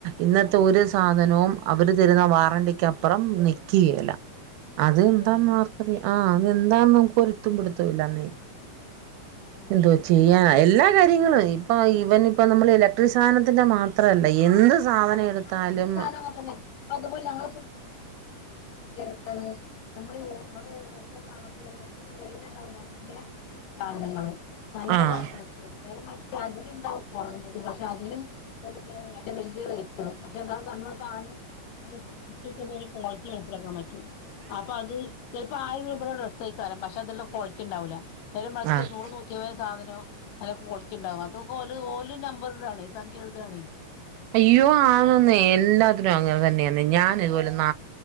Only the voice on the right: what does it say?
ഇന്നത്തെ ഒരുസ സാധനവും അവര് തരുന്ന വാറണ്ടിക്കപ്പുറം നിക്കേല്ല അത്
എന്താന്ന്
മാർക്കറിയ ആഹ് അതെന്താന്ന് നമക്ക് ഒരുത്തും പിടുത്തല്ലന്നീ
എന്തോ ചെയ്യാന എല്ല കാര്യങ്ങള് ഇപ്പൊ ഇവൻ ഇപ്പ നമ്മൾ ഇലക്ട്രിക് സാധനത്തിന്റെ മാത്രല്ല എന്ത് സാധനം എടുത്താലും
ആഹ്
ആഹ്
അയ്യോ ആണന്നേ എല്ലാത്തിനും അങ്ങനെ തന്നെയന്ന് ഞാന് ഇതുപോലെ